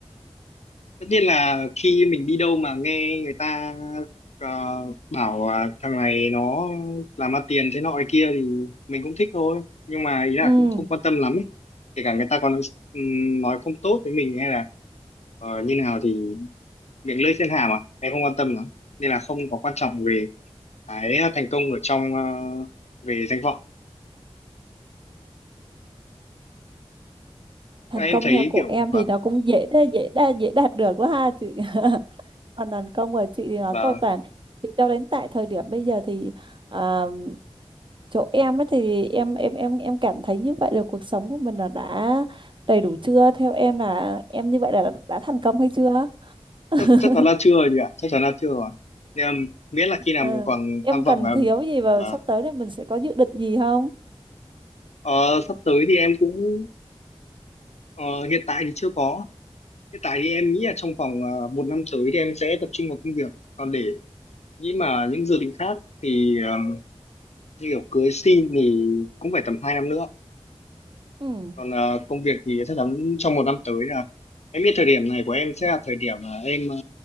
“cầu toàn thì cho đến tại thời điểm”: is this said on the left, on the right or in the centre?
Right